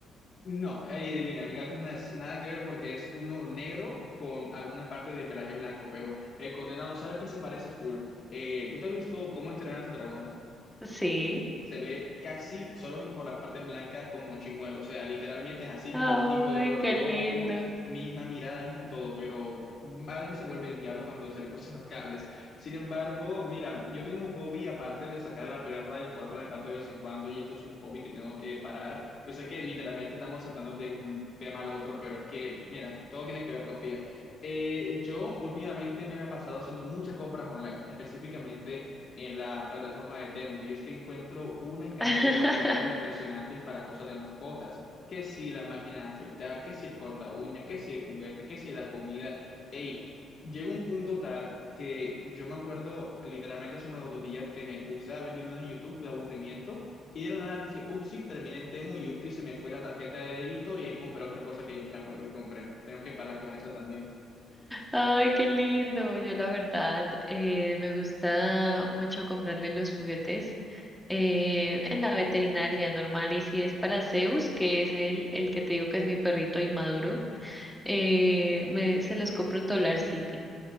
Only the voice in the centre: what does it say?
Sí.
Ay,
qué
lindo.
<laughs>
Ay, qué lindo. Yo la verdad, eh, me gusta mucho comprarle los juguetes eh, en la veterinaria normal. Y si es para Zeus, que es el, el que te digo que es mi perrito inmaduro. eh, me, se los compro en Dollar City.